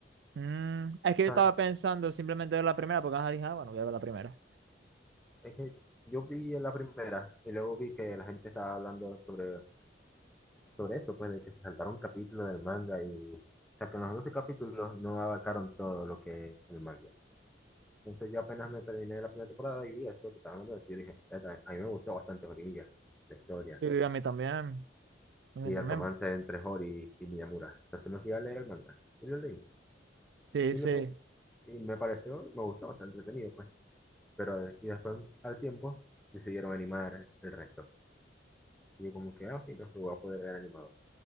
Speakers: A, on the right; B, in the centre.
A: Mm, es que yo
B: sea,
A: estaba
B: es
A: pensando simplemente ver la primera, porque ajá, dije, ah, bueno, voy a ver la primera.
B: es que yo vi la primera y luego vi que la gente estaba hablando sobre sobre eso, pues de que se saltaron un capítulo del manga y, o sea, que en los 12 capítulos no abarcaron todo lo que es el manga. Entonces yo apenas me terminé la primera temporada y vi eso que estaban hablando de eso, yo dije, "Eta, a mí me gustó bastante Horimiya, la historia,
A: Y a mí también, a mí
B: y
A: también,
B: el romance entre Hori y Miyamura. Entonces me fui a leer el manga y lo leí.
A: sí,
B: Y,
A: sí.
B: lo, y me pareció, me gustó, o sea, entretenido, pues. Pero, eh, y después, al tiempo, decidieron animar el resto. Y yo como que, ah, sí, no, lo voy a poder ver animado.